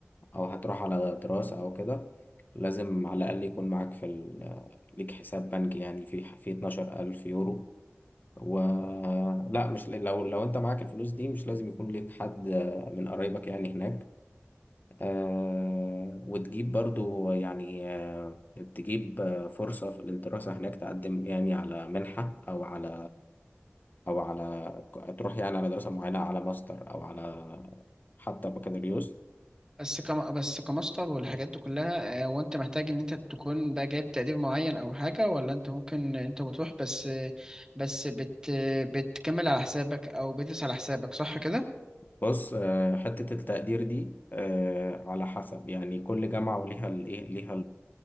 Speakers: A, on the left (about 40°); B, on the right (about 15°).
A: أو هتروح على دراسة أو كده لازم على الأقل يكون معاك في ال... ليك حساب بنكي يعني في في 12000 يورو و لا مش لو لو أنت معاك الفلوس دي مش لازم يكون ليك حد من قرايبك يعني هناك آه وتجيب برضو يعني آه تجيب آه فرصة في الدراسة هناك تقدم يعني على منحة أو على أو على تروح يعني على دراسة معينة على ماستر أو على حتى بكالوريوس
B: بس كم بس كماستر والحاجات دي كلها آه، وانت محتاج ان انت تكون بقى جايب تقدير معين او حاجة ولا انت ممكن انت بتروح بس بس بت بتكمل على حسابك او بتدرس على حسابك صح كده؟
A: بص آه حتة التقدير دي آه على حسب يعني كل جامعة وليها الإيه ليها